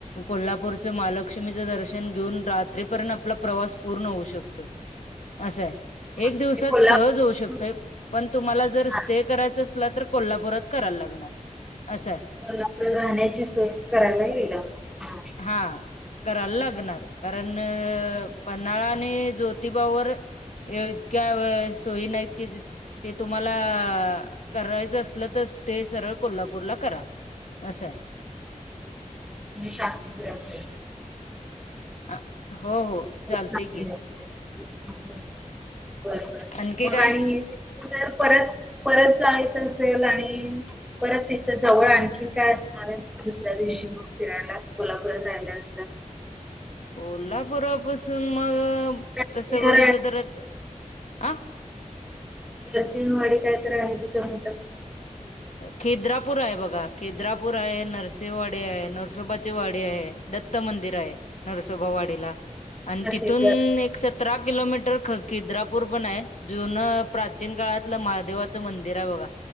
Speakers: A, on the left (about 60°); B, in the centre.
A: कोल्हापूरचं महालक्ष्मीचं दर्शन घेऊन. रात्रीपर्यंत आपला प्रवास पूर्ण होऊ शकतो. असंय.
B: म्हणजे
A: एक दिवसात.
B: कोल्हापूर
A: सहज होऊ शकतोय. पण तुम्हाला जर
B: हा,
A: स्टे करायचं असल. तर कोल्हापूरात करायला लागणार. असं आहे.
B: कोल्हापूरला राहण्याची सोय करायला येईल आम्हाला.
A: हां. करायला लागणार. कारण पन्हाळा आणि ज्योतिबावर इतक्या सोयी नाहीत. कि ते तुम्हाला करायचं असलं तर. स्टे सरळ कोल्हापूरला करा. असय.
B: म्हणजे शां <unintelligible>
A: अ. हो हो.
B: <unintelligible>
A: चालतय की आणखी काय
B: जर परत, परत जायचं असेल आणि परत तिथं जवळ आणखीन काय असणार आहे दुसऱ्या दिवशी मग फिरायला कोल्हापुरात राहायला.
A: कोल्हापुरापसून मग
B: काय
A: तस बघितलं तर हं
B: नरसिंहवाडी काय तर आहे तिथ मोठ.
A: खेद्रापूर आहे बघा खेद्रापूर आहे नरसिंवाडी आहे नरसोबाची वाडी आहे. दत्त मंदिर आहे नरसोबावाडीला आणि
B: प्रसिद्ध
A: तिथून एक सतरा किलोमीटर किद्रापूर पण आहे जुनं. प्राचीन काळातलं महादेवाचं मंदिर आहे बघा